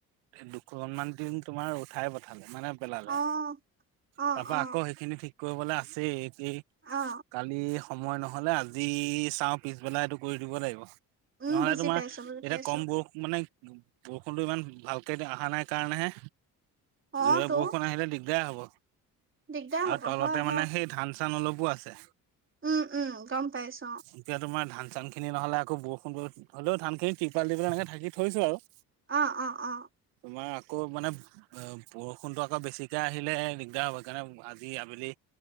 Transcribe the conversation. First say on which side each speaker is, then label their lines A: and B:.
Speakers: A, on the right; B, on the right.
A: দুখনমান দিন তোমাৰ উঠাই পঠালে। মানে পেলালে
B: অ অ অ
A: তাৰপা
B: অ
A: আকৌ সেইখিনি ঠিক কৰিবলৈ আছে এই
B: অ
A: কালি সময় নহ'লে আজি চাওঁ পিছবেলা এইটো কৰি দিব লাগিব।
B: উম
A: নহলে
B: বুজি
A: তোমাৰ
B: পাইছো বুজি
A: এতিয়া
B: পাইছো
A: কম বোৰ মানে বৰষুণটো ইমান ভালকে অহা নাই কাৰণেহে
B: অ
A: জোৰে
B: তো
A: বৰষুণ আহিলে দি দে হ'ব
B: দিগদাৰ
A: আৰু
B: হব
A: তলতে
B: হয় হয়
A: মানে সেই ধান চান অলপো আছে।
B: উম, উম, গম পাইছো।
A: এতিয়া তোমাৰ ধান চান খিনি নহলে আকৌ বৰষুণ হলেও ধান খিনি তিৰপাল দি পেলাই এনেকে ধাকি থৈছো আৰু।
B: অ', অ', অ',
A: তোমাৰ আকৌ মানে অ, বৰষুণতটো আকৌ বেছিকে আহিলে দিগদাৰ হব কাৰণে আজি আবেলি